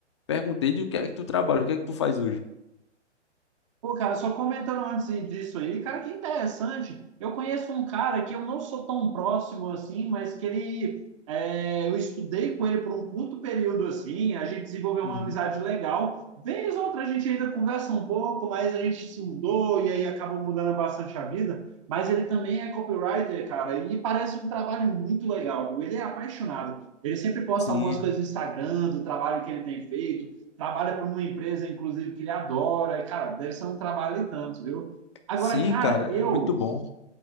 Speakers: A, on the left; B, on the right.
A: perguntei de o que é que tu trabalha, o que é que tu faz hoje.
B: Pô, cara, só comentando antes disso aí, cara, que interessante. Eu conheço um cara que eu não sou tão próximo assim, mas que ele. é, eu estudei com ele por um curto período assim, a gente desenvolveu
A: Uhum.
B: uma amizade legal. Vez ou outra a gente ainda conversa um pouco, mas a gente se mudou e aí acabou mudando bastante a vida. Mas ele também é copywriter, cara, e parece um trabalho muito legal, viu? Ele é apaixonado. Ele sempre posta
A: Sim,
B: algumas coisas no Instagram do trabalho que ele tem feito trabalha para uma empresa, inclusive, que ele adora. E, cara, deve ser um trabalho e tanto, viu? Agora,
A: sim,
B: cara,
A: cara,
B: eu.
A: é muito bom.